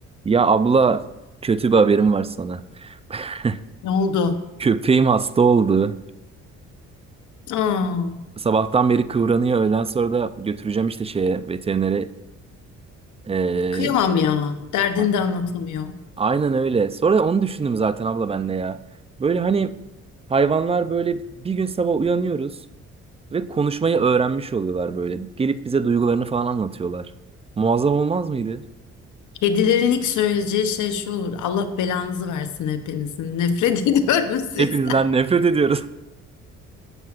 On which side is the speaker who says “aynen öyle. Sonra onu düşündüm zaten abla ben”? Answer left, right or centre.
Right